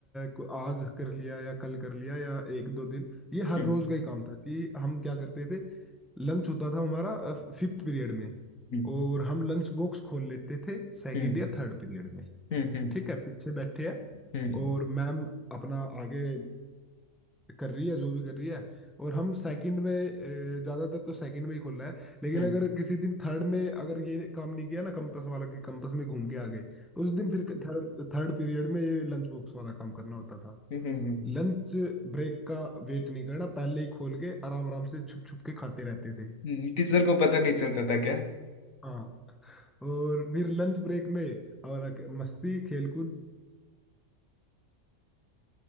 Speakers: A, in the centre; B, on the left (about 75°).
A: को- आज कर लिया या कल कर लिया या एक दो दिन ये हर
B: हम्म
A: रोज का ही काम था कि हम क्या करते थे लंच होता था हमारा फिफ्थ पीरियड में
B: हम्म
A: और हम लंच बॉक्स खोल लेते थे सेकंड
B: हम्म
A: या थर्ड पीरियड में
B: हम्म
A: ठीक है पीछे बैठे हैं
B: हम्म
A: और मैम अपना आगे कर रही है जो भी कर रही है और हम सेकंड में अ, ज्यादातर तो सेकंड में ही खुल रहा है लेकिन
B: हम्म
A: अगर किसी दिन थर्ड में अगर ये काम नहीं किया ना कंपस वाला के कंपस में घूम के आ गए तो उस दिन फिर थर्ड थर्ड पीरियड में ये लंच बॉक्स वाला काम करना होता था
B: हम्म
A: लंच ब्रेक का वेट नहीं करना पहले ही खोल के आराम आराम से छुप छुप के खाते रहते थे
B: हम्म टीचर को पता नहीं चलता था क्या
A: हाँ और फिर लंच ब्रेक में और आके मस्ती खेलकूद